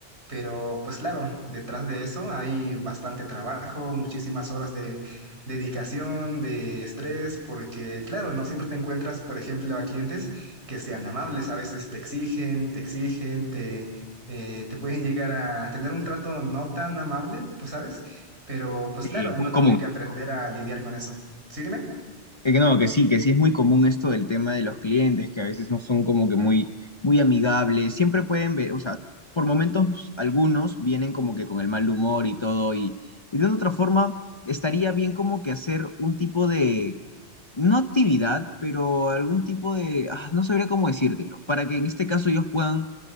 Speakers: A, on the right; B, on the left.
A: Pero pues claro, detrás de eso hay bastante trabajo, muchísimas horas de dedicación, de estrés, porque claro, no siempre te encuentras, por ejemplo, a clientes que sean amables, a veces te exigen, te exigen, te, eh, te pueden llegar a tener un trato no tan amable, pues sabes, pero pues
B: Sí,
A: claro, uno
B: muy común.
A: tiene que aprender a lidiar con eso. ¿Sí, dime?
B: Eh, que no, que sí, que sí es muy común esto del tema de los clientes, que a veces no son como que muy, muy amigables. Siempre pueden ver, o sea, por momentos algunos vienen como que con el mal humor y todo, y, y de una otra forma estaría bien como que hacer un tipo de, no actividad, pero algún tipo de, ah, no sabría cómo decírtelo, para que en este caso ellos puedan